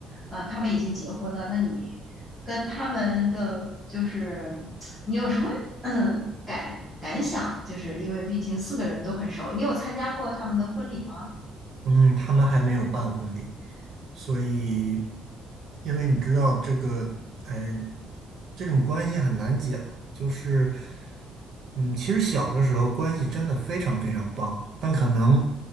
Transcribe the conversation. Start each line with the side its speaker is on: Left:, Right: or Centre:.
Centre: 嗯，他们已经结婚了，那你跟他们的就是你有什么嗯感感想？就是因为毕竟四个人都很熟，你有参加过他们的婚礼吗？
Right: 嗯，他们还没有办婚礼，所以，因为你知道这个，嗯，这种关系很难讲，就是，嗯，其实小的时候关系真的非常非常棒，但可能